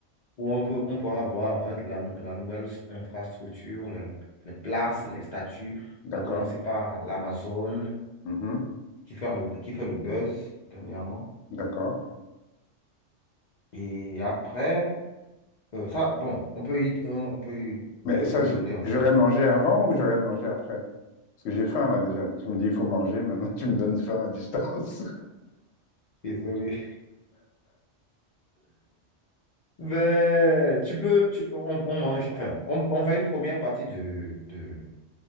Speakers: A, on the left; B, on the left.
A: où on peut, on pourra voir en fait la, nou- la nouvelle infrastructure, les, les places, les statues, à
B: d'accord.
A: commencer par l'Amazone
B: Mhm.
A: qui fait le, qui fait le buzz dernièrement.
B: D'accord.
A: Et après. Euh, ça, bon, on peut y, on peut y mettre
B: Mais ça,
A: une
B: je-
A: journée entière.
B: j'aurais mangé avant ou j'aurais mangé après? Parce que j'ai faim là déjà. Tu me dis, il faut manger, maintenant <laughs> tu me donnes faim à distance.
A: Désolé. Mais tu peux, tu peux, on, on mange, enfin, on, on fait une première partie de, de,